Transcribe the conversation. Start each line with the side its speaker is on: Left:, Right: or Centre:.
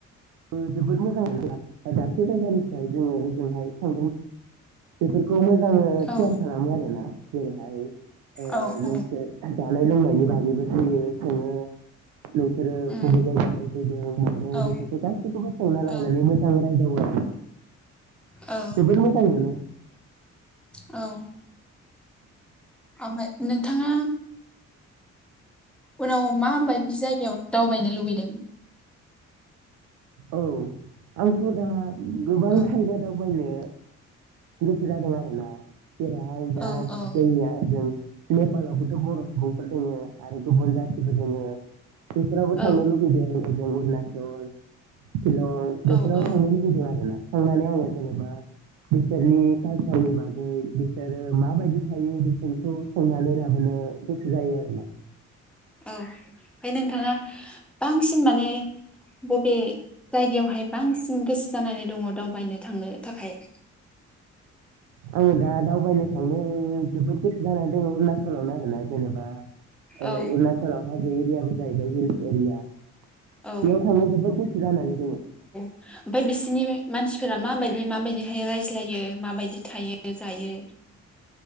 Right: ओ जोबोद मोजां <unintelligible> दाबसे जायगानि ओ जोङो जोंहाय थां बेफोर <unintelligible> मोजाङै
Centre: औ
Right: केयार खालामो आरोना जेरैहाय ओ
Centre: औ
Right: नोंसोर
Centre: औ
Right: जानाय लोंनायनि बागै बो सोयो सोङो नोंसोरो
Centre: उम
Right: बबे जायगानिफ्राय फैदोंमादों
Centre: औ
Right: बेफोरखौ गासैखौबो सोंना लानानै
Centre: औ
Right: मोजां रायदावो आरो
Centre: औ
Right: जोबोर मोजां मोनो
Centre: औ आमबारि नोंथाङा उनाव माबायदि जायगायाव दावबायनो लुबैदों?
Right: औ आंथ' दा गोबां जायगा
Centre: औ
Right: दावबायनो गोसो जादों आरो ना जेरैहाय दा
Centre: औ औ
Right: जोंनिया होजों नेपालावबोथ' बर' सुबुंफोर दोङो आरो गुबुन जाथिबो दोङो बेफोराबो
Centre: औ
Right: थांनो लुुबैदों फोरजों उरणाचल सिलं बेफोराव
Centre: औ औ
Right: थांनो लुबैदों आरो ना। थांनानै आंङो जेनेबा बिसोरनि कालसारनि बागै बिसोरो माबायदि थायो बेफोरखौ सोंनानै लाबोनो गोसो जायो आरो ना
Centre: औ। ओमफ्राय नोंथाङा बांसिन माने बबे जायगायावहाय बांसिन गोसो जानानै दङ दावबायनो थांनो थाखाय?
Right: आङो दा दावबायनो थांनो जोबोद गोसो जानानै दङ अरुणाचलावनो आरोना। जेनेबा, अरुणाचलाव
Centre: औ
Right: हाजो एरियाबो जाहैबाय हिल्स एरिया
Centre: औ
Right: बेयाव थांनो जोबोद गोसो जानानै दङो।
Centre: ओमफाय बिसोरनि मानसिफोरा माबायदि माबायदिहाय रायज्लायो माबायदि थायो जायो?